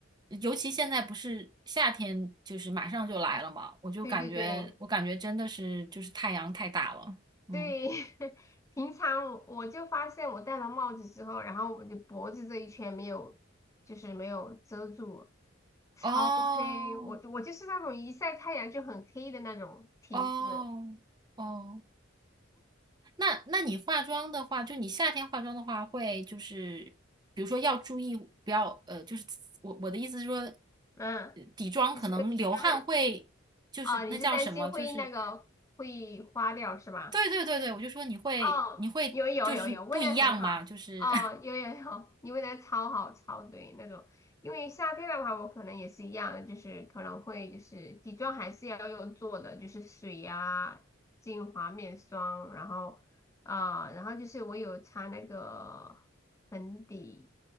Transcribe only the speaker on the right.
尤其现在不是夏天，就是马上就来了嘛，我就感觉，
我感觉真的是就是太阳太大了。嗯，
哦，
哦，哦。那那你化妆的话，就你夏天化妆的话，会就是比如说要注意不要呃，就是我我的意思是说，
呃底妆可能流汗会就是那叫什么，
就是对对对对，我就说你会你会就是不一样嘛，
就是